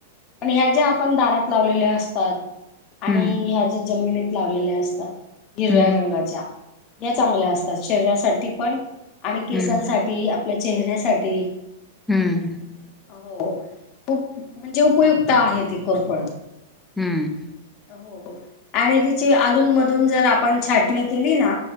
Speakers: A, on the left (about 30°); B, in the centre.
A: पण ह्या ज्या आपण दारात लावलेल्या असतात आणि
B: हम्म
A: ह्या ज्या जमिनीत लावलेल्या असतात हिरव्या
B: हम्म
A: रंगाच्या या चांगल्या असतात शरीरासाठी पण आणि केसांसाठी
B: हम्म
A: आपल्या चेहऱ्यासाठी
B: हम्म
A: हो खूप म्हणजे उपयुक्त आहे ती कोरफळ
B: हम्म
A: हो आणि तिची अधून मधून जर आपण छाटणी केली ना